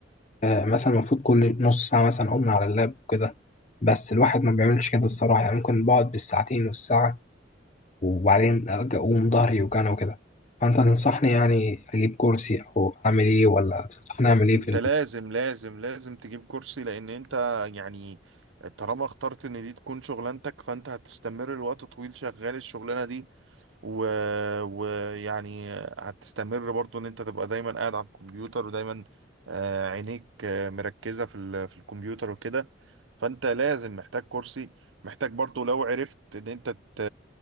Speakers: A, on the left (about 35°); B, on the right (about 85°).
A: آه مثلا المفروض كل نص ساعة مثلا اقوم على اللاب وكده بس الواحد ما بيعملش كده الصراحة يعني ممكن بقعد بالساعتين والساعة وبعدين أقوم ظهري يوجعني وكده فأنت تنصحني يعني أجيب كرسي أو أعمل إيه ولا تنصحني أعمل إيه
B: انت
A: في ال...
B: لازم لازم لازم تجيب كرسي لان انت يعني طالما اخترت ان دي تكون شغلانتك فانت هتستمر لوقت طويل شغال الشغلانه دي و... ويعني هتستمر برضو ان انت تبقى دايما قاعد على الكمبيوتر ودايما آه، عينيك آه، مركزه في ال... في الكمبيوتر وكده فانت لازم محتاج كرسي محتاج برضو لو عرفت ان انت ت...